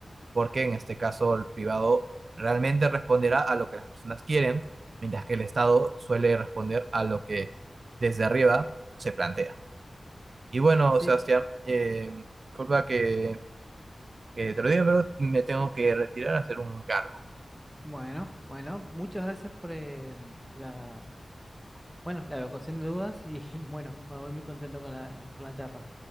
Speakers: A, on the right; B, in the centre.
A: porque en este caso el privado realmente responderá a lo que las personas quieren, mientras que el Estado suele responder a lo que desde arriba se plantea. Y bueno,
B: sí,
A: Sebastián, eh, disculpa que, que te lo diga, pero me tengo que retirar a hacer un cargo.
B: bueno, bueno, muchas gracias por eh, la, bueno, la evacuación de dudas y <laughs> bueno, me voy muy contento con la, con la charla.